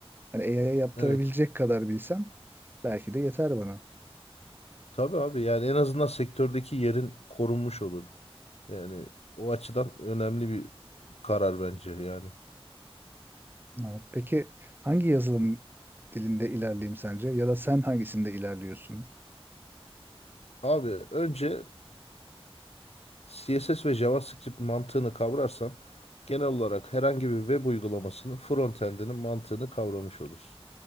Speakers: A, on the right (about 20°); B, on the left (about 85°).
A: Hani AI'ya yaptırabilecek
B: Evet.
A: kadar bilsem belki de yeter bana.
B: Tabii abi yani en azından sektördeki yerin korunmuş olur. Yani o açıdan önemli bir karar bence yani.
A: Evet. Peki hangi yazılım dilinde ilerleyeyim sence ya da sen hangisinde ilerliyorsun?
B: Abi önce CSS ve JavaScript mantığını kavrarsan genel olarak herhangi bir web uygulamasının frontend'inin mantığını kavramış olursun